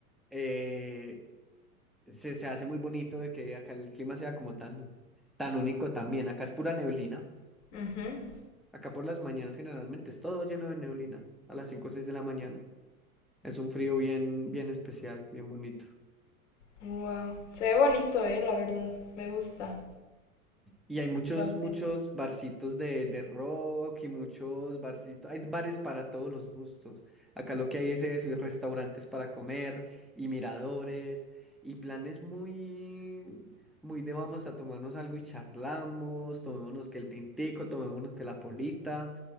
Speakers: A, in the centre; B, on the left.
A: eh, se, se hace muy bonito de que acá el clima sea como tan, tan único también. Acá es pura neblina.
B: Ujú.
A: Acá por las mañanas generalmente es todo lleno de neblina a las 5 o 6 de la mañana. Es un frío bien, bien especial, bien bonito.
B: Wow. Se ve bonito, eh, la verdad. Me gusta.
A: Y hay muchos,
B: Padre.
A: muchos barcitos de, de rock y muchos barcitos. Hay bares para todos los gustos. Acá lo que hay es eso, y restaurantes para comer, y miradores, y planes muy, muy de vamos a tomarnos algo y charlamos, tomémonos que el tintico, tomémonos que la polita.